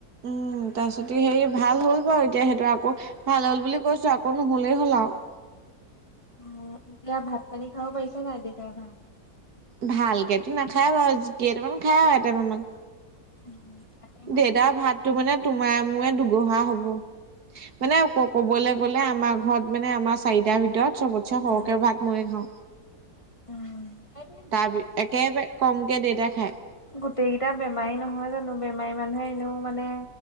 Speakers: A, on the right; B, on the left.
A: উম তাৰপিছতে সেইৰি ভাল হ'ল বাৰু এতিয়া সেইটো আকৌ ভাল হ'ল বুলি কৈছো আকৌ নুহুলেই হ'ল আৰু।
B: অ এতিয়া ভাত - পানী খাব পাৰিছে নাই তেতিয়া ভালকে?
A: ভালকেতো নাখায় বাৰু জুতি কেইটামান খাই আৰু এতেপামান।
B: উম, তাতে মা
A: দেউতাৰ ভাতটো মানে তোমাৰ মো দুগহা হব মানে ক কবলে গলে আমাৰ ঘৰত মানে আমাৰ চাৰিটাৰ ভিতৰত চবতচে
B: উম,
A: সৰহকে ভাত ময়ে খাওঁ।
B: উম। সেইটোৱে
A: তাৰি একেবাৰে কমকে দেউতাই খায়।
B: গোটেইকিটা বেমাৰী নহয় জানো বেমাৰী মানুহে এনেও মানে